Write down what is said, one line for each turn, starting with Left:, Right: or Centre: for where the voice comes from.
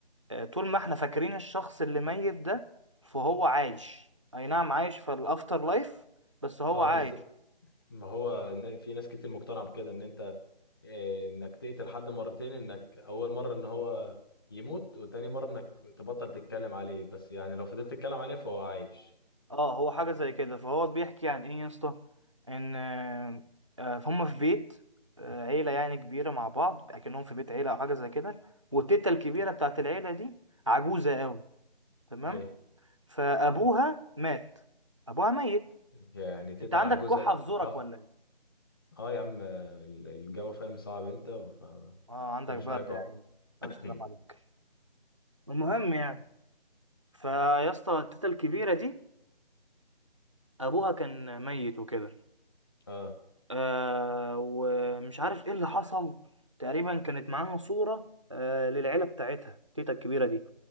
Right: آه، طول ما احنا فاكرين الشخص اللي ميت ده فهو عايش اي نعم عايش في الافتر لايف بس هو
Left: اه
Right: عايش
Left: بالظبط ما هو ن- في ناس كتير مقتنعة بكده ان انت آه، انك تقتل حد مرتين انك اول مرة ان هو يموت وتاني مرة انك تبطل تتكلم عليه بس يعني لو فضلت تتكلم عليه فهو عايش
Right: اه هو حاجة زي كده فهو بيحكي عن ايه يا اسطى ان آه، هم في بيت آه، عيلة يعني كبيرة مع بعض اكنهم في بيت عيلة او حاجة زي كده والتيتا الكبيرة بتاعت العيلة دي عجوزة قوي تمام
Left: ايوه
Right: فابوها مات ابوها ميت
Left: يعني تتقل
Right: انت عندك
Left: على جوزك
Right: كحة في زورك
Left: اه
Right: ولا ايه
Left: اه يا عم ال- الجو فاهم صعب انت فكل
Right: اه عندك برد
Left: شويه كح
Right: يعني
Left: <clears throat>
Right: الف
Left: <coughs>
Right: سلام عليك المهم يعني فيا اسطى التيتا الكبيرة دي ابوها كان ميت وكده
Left: اه
Right: آه ومش عارف ايه اللي حصل تقريبا كانت معاها صورة آه للعيلة بتاعتها تيتا الكبيرة دي